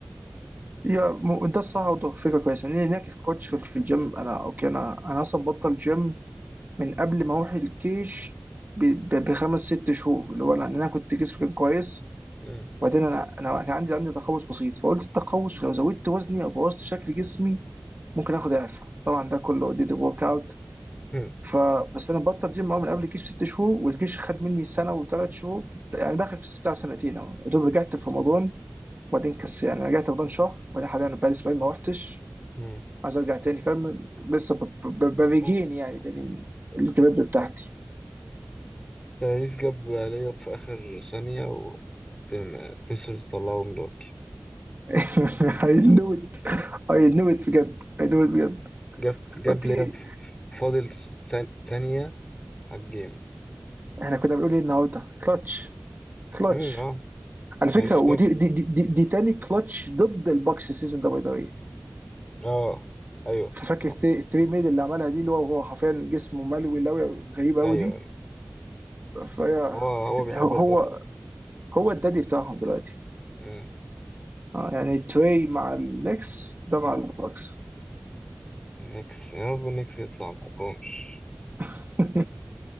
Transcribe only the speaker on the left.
مم.
مم.
مم.
أوف.
تاريس جاب لياب في آخر ثانية و بيسرز طلعوا ملواكي
جاب جاب
لياب فاضل س- ثانية على الجيم
امم اه
تاريس
جاب
اه ايوه
صح
ايوه
ايوه
هو هو بيحب البوكس
أوي.
مم.
نيكس يا رب النكس يطلع ما بحبهمش